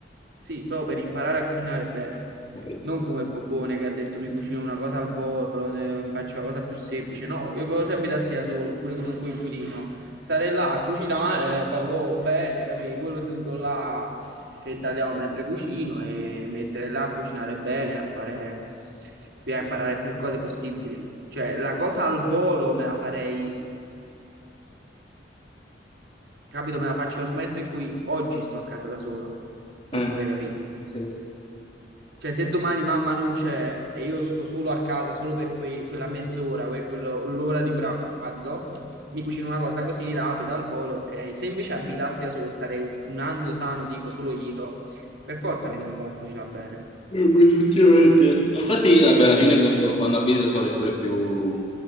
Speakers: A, on the right; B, on the left.
A: sì, però per imparare a cucinare bene.
B: Non prendo
A: Non
B: sta-
A: come Bobone che ha detto mi cucino una cosa al volo, ne- mi faccio una cosa più semplice. No, io proprio se abitassi da solo oppure con un coinquilino, stare là a cucinare, proprio bene, capì? Quello seduto là che tagliavo mentre cucino e mettere là a cucinare bene, a fare, a imparare più cose possibili. Cioè, la cosa al volo me la farei, capito? Me la faccio nel momento in cui oggi sto a casa da solo. Non
B: Eh,
A: so se hai capito.
B: sì.
A: Cioè, se domani mamma non c'è e io sto solo a casa, solo per quei- quella mezz'ora, quel- quello- l'ora di pranzo, mi cucino una cosa così rapida al volo, ok. Se invece abitassi da solo e starei un un anno sano, tipo solo io, per forza mi devo imparare a cucinare bene.
B: Eh, beh, effettivamente. Infatti, vabbè, alla fine quando, quando abiti da solo è pure più...